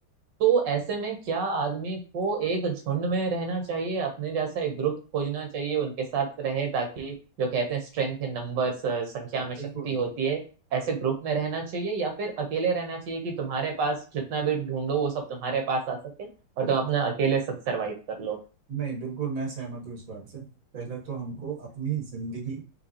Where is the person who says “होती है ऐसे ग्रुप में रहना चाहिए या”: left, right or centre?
Right